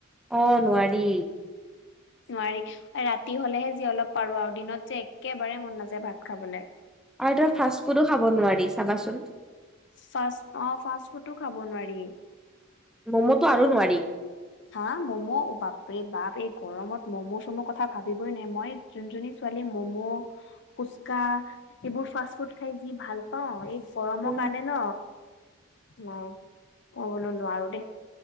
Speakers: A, in the centre; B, on the left.
A: অ নোৱাৰি
B: নোৱাৰি ৰাতি হলেহে যি অলপ পাৰো আৰু দিনত যে একে একবাৰে মন নাযায় ভাত খাবলৈ
A: আৰু তাৰ ফাষ্ট ফুডো খাব নোৱাৰি চাবাচোন
B: ফ অ ফাষ্ট ফুডটো খাব নোৱাৰি
A: ম'ম'টো
B: ত
A: আৰু নোৱাৰি
B: হা মম' বাপ বাপ এই গৰমত ম'ম' চম' কথা ভাবিবই নাই মই যোনজনী ছোৱালী ম'ম' ফুচকা এইবোৰ ফাষ্ট ফুড খাই যি ভাল পাওঁ এই গৰমৰ
A: উম
B: কাৰণে ন নাই কবলৈ নোৱাৰো দেই